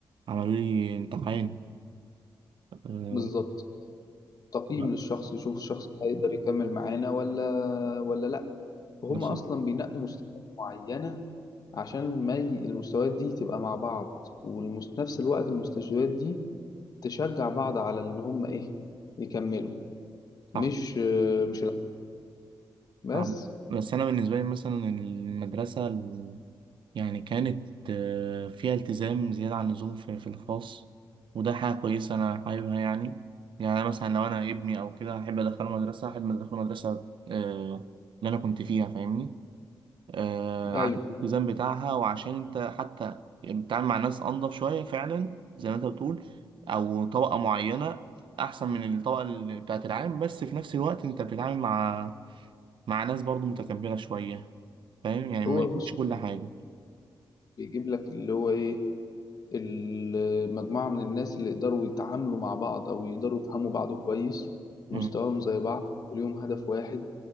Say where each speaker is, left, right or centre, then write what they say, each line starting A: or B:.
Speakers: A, on the right; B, on the left.
A: عملوا لي امتحان أه
B: بالظبط تقييم
A: لا،
B: للشخص يشوف الشخص ده هيقدر يكمل معانا ولا ولا لأ فهم
A: مثلا
B: أصلا بينقوا مستويات معينة عشان ما ي- المستويات دي تبقى مع بعض وفي نفس الوقت المستشفيات دي تشجع بعض على إن هم إيه يكملوا
A: صح
B: مش مش الع- بس
A: صح بس انا بالنسبه لي مثلا المدرسه ال- يعني كانت آه، فيها التزام زياده عن اللزوم في في الخاص وده حاجه كويسه انا حاببها يعني يعني أنا مثلا لو انا ابني او كده هحب ادخله مدرسه هحب ادخله مدرسه آه، اللي انا كنت فيها فاهمني آه،
B: ايوه
A: عشان الالتزام بتاعها وعشان انت حتى يعني بتتعامل مع ناس انضف شويه فعلا زي ما انت بتقول او طبقه معينه احسن من الطبقه اللي بتاعت العام بس في نفس الوقت انت بتتعامل مع مع ناس برضو متكبره شويه فاهم يعني
B: هو
A: ما يكونش
B: بص
A: كل حاجه
B: بيجيب لك اللي هو ايه المجموعه من الناس اللي يقدروا يتعاملوا مع بعض او يقدروا يفهموا بعض كويس مستواهم
A: مم.
B: زي بعض وليهم هدف واحد